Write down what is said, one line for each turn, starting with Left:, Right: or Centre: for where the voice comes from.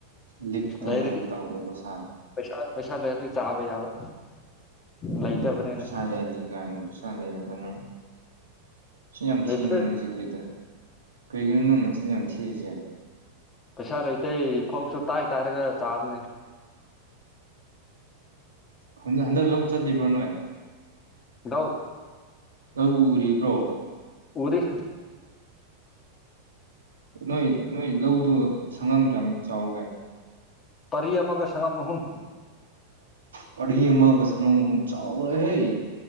Right: ꯂꯤꯛꯇꯅ
Left: ꯂꯩꯔꯗꯤ
Right: ꯇꯧꯕꯧꯕ ꯁꯥꯥ
Left: ꯄꯩꯁꯥ ꯄꯩꯁꯥ ꯂꯩꯔꯗꯤ ꯆꯥꯕ ꯌꯥꯕ ꯂꯩꯇꯕꯅꯤꯅ
Right: ꯄꯩꯁꯥ ꯂꯩꯇꯦ ꯀꯥꯏꯅ ꯄꯩꯁꯥ ꯂꯩꯔꯒ ꯅꯪ ꯆꯤꯟ ꯌꯥꯝ
Left: ꯂꯩꯇ꯭ꯔꯦ
Right: ꯊꯤꯅꯤ ꯅꯪꯁꯦ ꯀ꯭ꯔꯤꯗ ꯀꯩꯒꯤꯅꯣ ꯅꯪ ꯃꯆꯤꯟ ꯌꯥꯝ ꯊꯤꯁꯦ
Left: ꯄꯦꯁꯥ ꯂꯩꯇꯦ ꯐꯥꯎꯁꯨ ꯇꯥꯏ ꯇꯥꯔꯒ ꯆꯥꯕꯅꯦ
Right: ꯍꯟꯗꯛ ꯍꯟꯗꯛ ꯂꯧ ꯆꯠꯂꯤꯕ꯭ꯔꯥ ꯅꯣꯏ
Left: ꯂꯧ
Right: ꯂꯧ ꯎꯔꯤꯕ꯭ꯔꯣ
Left: ꯎꯔꯤ
Right: ꯅꯣꯏ ꯅꯣꯏ ꯂꯧꯗꯨ ꯁꯪꯉꯝ ꯀꯌꯥꯝ ꯆꯥꯎꯒꯦ
Left: ꯄꯔꯤ ꯑꯃꯒ ꯁꯪꯉꯝ ꯑꯍꯨꯝ
Right: ꯄꯥꯔꯤ ꯑꯃꯒ ꯁꯪꯒꯝ ꯑꯍꯨꯝ ꯆꯥꯎ ꯋꯤꯍꯦ